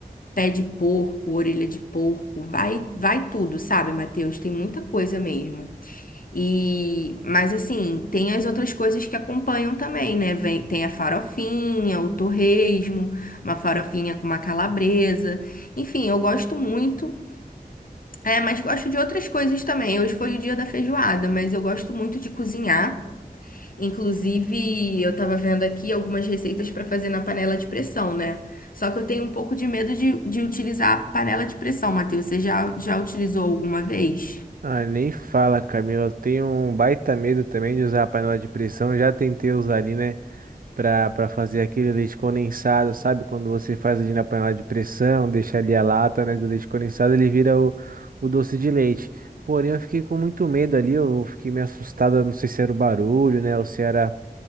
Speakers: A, on the left (about 65°); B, on the right (about 65°).
A: Pé de porco, orelha de porco, vai vai tudo, sabe, Matheus? Tem muita coisa mesmo. E, mas assim, tem as outras coisas que acompanham também, né? Vem, tem a farofinha, o torresmo, uma farofinha com uma calabresa. Enfim, eu gosto muito. É, mas gosto de outras coisas também. Hoje foi o dia da feijoada, mas eu gosto muito de cozinhar. Inclusive, eu tava vendo aqui algumas receitas para fazer na panela de pressão, né? Só que eu tenho um pouco de medo de, de utilizar a panela de pressão, Matheus. Você já, já utilizou alguma vez?
B: Ah, nem fala, Camila. Eu tenho um baita medo também de usar a panela de pressão. Já tentei usar ali, né? para para fazer aquele leite condensado, sabe? Quando você faz ali na panela de pressão, deixa ali a lata, né, do leite condensado, ele vira o, o doce de leite. Porém, eu fiquei com muito medo ali, eu fiquei meio assustada, não sei se era o barulho, né, ou se era